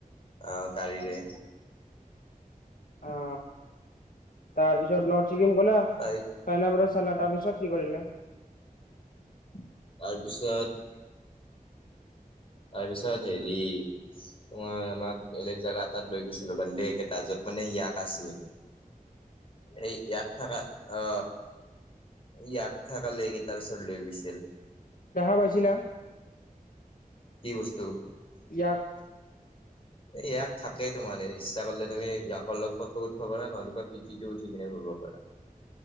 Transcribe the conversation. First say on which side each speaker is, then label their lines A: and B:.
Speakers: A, on the left (about 40°); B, on the left (about 70°).
A: আহ গাড়ীৰে।
B: অ। তাৰপিছত নৰ্থ চিকিম গলা,
A: তাৰ
B: চাইনা বৰ্ডাৰ চালা তাৰপিছত কি কৰিলা? উম <inaudible>
A: তাৰপিছত। তাৰপিছত হেৰি অ আমাক বেলেগ জেগা এটাত লৈ গৈছিল বান্দে এটা যত মানে ইয়াক আছিল, সেই ইয়াক থকা অ ইয়াত থকা লেগ তাৰ ওচৰত লৈ গৈছিল।
B: দেখা পাইছিলা।
A: কি বস্তু।
B: ইয়াক।
A: ইয়াক থাকেই তোমাৰ এই ইচ্ছা কৰিলে তুমি ইয়াকৰ অলপ ফটো উঠিব পাৰা নহলেবা পিটটো উঠি কিনে ঘূৰিব পাৰা।